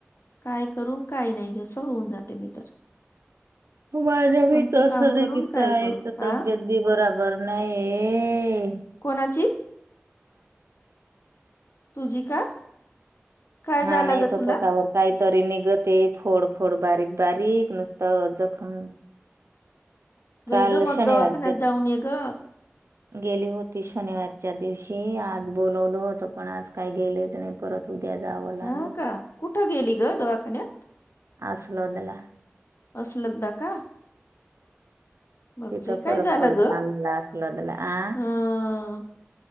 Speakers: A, on the left; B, on the right.
A: काय करून काय नाही असं.. होऊन जाते मी तर
B: त माझा
A: कोणतं
B: भ त
A: काम
B: असस
A: करून
B: किता
A: काय
B: आहे
A: करू
B: एक तर
A: हा
B: तब्येत बी बरोबर नाही ये...
A: कोणाची? तुझी का? काय
B: हा
A: झालं
B: नाही
A: गं
B: तर
A: तुला?
B: पोटावर काहीतरी निघते फोड फोड बारीक बारीक नुसतं जखम... काल
A: व्हय ग मग
B: शनिवारच्या
A: दवाखान्यात जाऊन ये ग.
B: गेली होती शनिवारच्या दिवशी आज बोलवलं होत पण आज काही गेले नाही परत.. उद्या जावं लागेल
A: हा का कुठं गेली ग दवाखान्यात?
B: अस असलोदला.
A: असलम द का? बापरे
B: तिथं
A: काय
B: फरक
A: झालं
B: पडत
A: ग
B: आमलातलदला आ...
A: हा